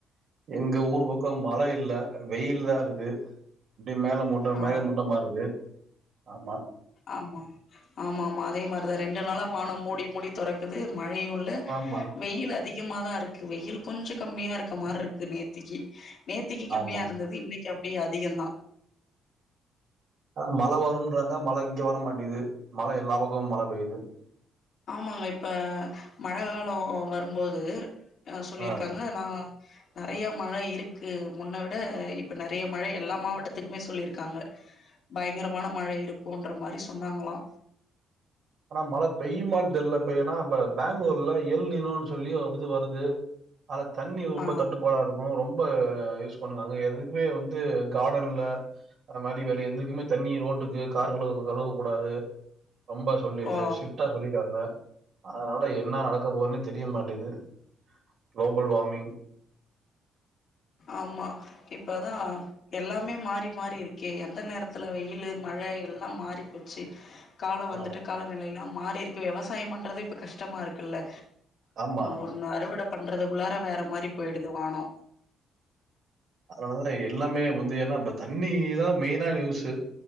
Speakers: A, on the right; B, on the left.
A: எங்க ஊர் பக்கோ மழ இல்ல வெயில் தா இருக்கு அப்டியே மேக மூட்ட
B: ஆ
A: மேக மூட்டமா இருக்கு ஆமா
B: ஆமா ஆமா ஆமா அதே மாதிரிதா ரெண்டு நாளா வானம் மூடி மூடி துறக்குது மழையு இல் ல
A: ஆமா,
B: வெயில் அதிகமாதா இருக்கு வெயில் கொஞ்ச கம்மியா இருக்குர மாரு இருக்கு நேத்திக்கு நேத்திக்கு கம்மியா
A: ஆமா.
B: இருந்தது இன்னைக்கு அப்டியே அதிகம் தா
A: ஆ மழ வரும்ன்றாங்க மழ இங்க வர மாட்டுகிறது மழ எல்லா பக்கமும் மழ பெய்து
B: ஆமாங்க இப்போ மழைக்காலோ வரும்போது சொல்லியிருக்காங்க
A: ஆ.
B: நா நெறையா மழ இருக்கு முன்ன விட இப்ப நெறையா மழ எல்லா மாவட்டத்துக்குமே சொல்லியிருக்காங்க பயங்கரமான மழ இருக்கும்ன்ற மாதிரி சொன்னாங்களா
A: ஆனா மழ பெய்யுமான்னு தெரியல இப்ப ஏன்னா இப்ப பெங்களூர்ல எல்நீரோன்னு சொல்லி ஒரு இது வருது ஆத தண்ணி ரொம்ப
B: ஆ
A: தட்டு போல இருக்கு ரொம்ப யூஸ் பண்ணுங்க அங்க எதுக்குமே வந்து கார்டன்ல அது மாதிரி வேற எதுக்குமே தண்ணி ரோட்டுக்கு கார்கள கழுவக்கூடாது ரொம்ப சொல்லி
B: ஓ
A: சிஸ்டா சொல்லிடாங்க அதனால என்ன நடக்க போதுன்னே தெரிய மாட்டேங்குது க்ளோபல் வார்னிங்
B: ஆமா இப்பதா எல்லாமே மாறி மாறி இருக்கே எந்த நேரத்துல வெயிலு மழ எல்லாம் மாறி போச்சு காலம் வந்துட்டு
A: ஆ
B: காலநிலையெல்லா மாறி இருக்கு விவசாயம் பண்றது இப்போ கஷ்டமா இருக்குல்ல
A: ஆமா.
B: ஒண்ணு அறுவட பண்றதுக்குள்ளார வேற மாதிரி போயிடுது வானம்
A: அதனாலதா எல்லாமே வந்து ஏன்னா நம்ப தண்ணிதா மெயினான யூஸ்ஸு